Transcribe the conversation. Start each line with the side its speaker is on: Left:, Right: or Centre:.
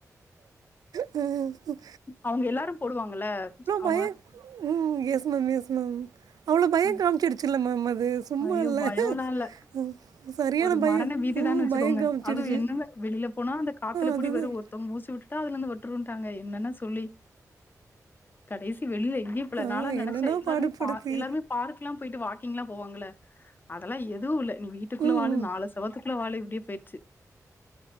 Right: ம்
Left: அவுங்க எல்லாரு போடுவாங்கல்ல அவங்க
Right: பயே ம் எஸ் மேம் எஸ் மேம் அவ்ளோ பயோ
Left: அ
Right: காம்ச்சிடிச்சில்ல மேம் அது சும்மா
Left: ஐயோ
Right: இல்லை
Left: பயோலா இல்ல
Right: ம், சரியான
Left: ஒரு
Right: பயம்
Left: மரண பீதிதான்
Right: ம்
Left: வச்சுக்கோங்க
Right: பயம் காமிச்சிடுச்சு
Left: அதுவு என்னன்ன வெளியில போனா அந்த காத்துல
Right: அதுதான்
Left: கூடி வரு ஒருத்தங்க மூச்சு வுட்டுட்டா அதுல இந்து ஒட்டுருவன்டாங்க என்னென்ன சொல்லி கடைசி வெளியில எங்கியு போல
Right: ஆ
Left: நாலா நெனச்ச
Right: என்னென்னா
Left: எல்லாருமே
Right: பாடுபடுத்தி
Left: பா எல்லாருமே பார்க்லா போயிட்டு வாக்கிங்லா போவாங்கள்ள அதெல்லா எதுவு இல்ல நீ வீட்டுக்குள்ள
Right: ம்
Left: வாழு
Right: ம்
Left: நாலு செவுத்துக் குள்ள வாழு இப்டியே போய்டுச்சி